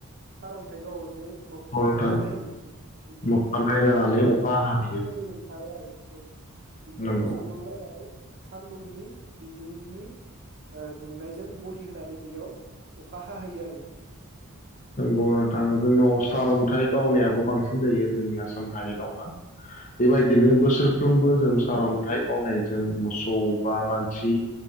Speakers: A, on the right; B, on the left.
A: सारन्थाइ गावो जे मोबफ्लाबनाया
B: नंगौ नोंथां
A: जायो बिदि
B: मोफ्लामनाय जानानै
A: बेयाव
B: अखा
A: माने
B: हाहैयो
A: गोदोब ओंखारो आरो। औ। बिदियावनो
B: नंगौ
A: सौग्रावलायनानै सान्दुंनि बिदुंनि ओ दुंनायजों गलि होनानै बेयाव अखा हाहैयो आरो।
B: नोंगौ नोंथां। जोंनाव अथार अन्थाइ गावनायाबो बांसिन जायो जोंनि आसाम हायेनावहा
A: औ
B: बेबायदिनो
A: औ
B: बोसोर फ्रोमबो जों सारअन्थाइ गावनायजों मोसौ औ बा मानसि